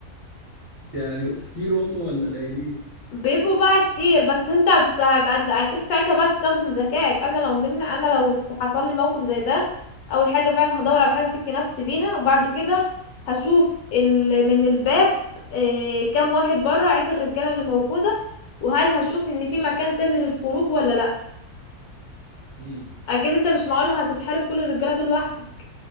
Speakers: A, on the right; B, on the left.
A: يعني كتير هم ولا قليلين
B: بيبقوا بقى كتير بس انت هتس... هت- هت- اكيد ساعتها بقى تستخدم ذكائك انا لو من انا لو حصل لي موقف زي ده اول حاجه فعلا هدور على حاجه افك نفسي بيها وبعد كده هشوف ال... من الباب إيه... كام واحد بره عد الرجاله اللي موجوده وهل هشوف ان في مكان تاني للخروج ولا لا
A: امم
B: اكيد انت مش معقول هتتحارب كل الرجاله دول لوحدك